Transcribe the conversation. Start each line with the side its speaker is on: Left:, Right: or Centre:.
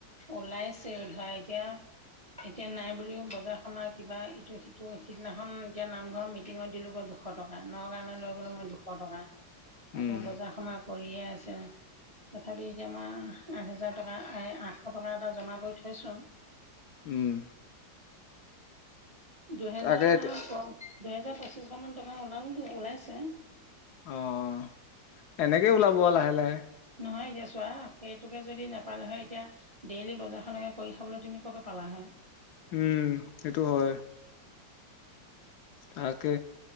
Right: ওলাইছে ধৰা এতিয়া এতিয়া নাই বুলিও বজাৰ সমাৰ কিবা ইটো সিটো সিদিনাখন এতিয়া নামঘৰৰ মিটিঙত দিলো গই দুশ শ টকা নগাঁও লৈ গ'লো মই দুশ টকা। আকৌ
Left: উম
Right: বজাৰ-সমাৰ কৰিয়ে আছে তথাপি এতিয়া আমাৰ আঠহাজাৰ টকা এই আঠশ টকা এটা জমা কৰি থৈছোঁ।
Left: উম।
Right: দুহেজাৰ
Left: তাকে
Right: দুহেজাৰ পঁচিশ মান টকা ওলাল ওলাইছে।
Left: অঁ এনেকে ওলাব আওঁ লাহে লাহে।
Right: নহয় এতিয়া চোৱা সেইটোকে যদি নাপালে হয় এতিয়া ডেইলি বজাৰখনকে কৰি খাবলৈ তুমি কপা পালা হয়?
Left: উম সেইটো হয়। তাকে